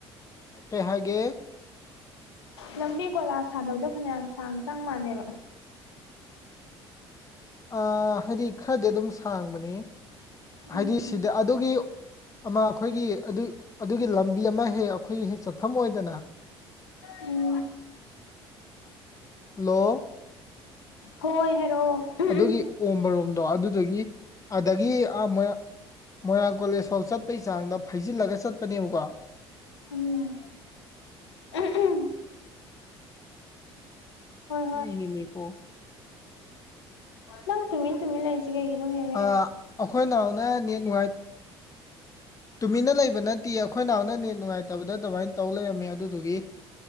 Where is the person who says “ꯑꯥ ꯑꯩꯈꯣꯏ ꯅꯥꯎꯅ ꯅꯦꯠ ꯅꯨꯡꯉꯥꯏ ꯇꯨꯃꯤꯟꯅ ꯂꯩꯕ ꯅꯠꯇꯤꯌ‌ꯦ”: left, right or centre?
Left